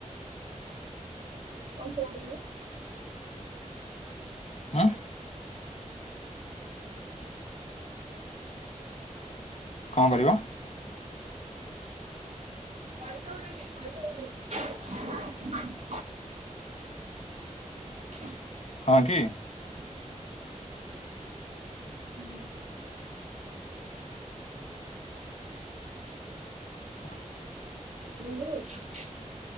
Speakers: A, on the right; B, on the left.
A: ପଇସା ଉଡ଼େଇବି।
B: ଆଁ କଣ କରିବ?
A: ପଇସା ଉଡ଼େଇବି ପଇସା ଉଡେଇବି। ହୁଁ।
B: ହଁ କି।
A: ହୁଁ।
B: <inaudible>
A: ତୁ ଉଡ଼େଇବୁ।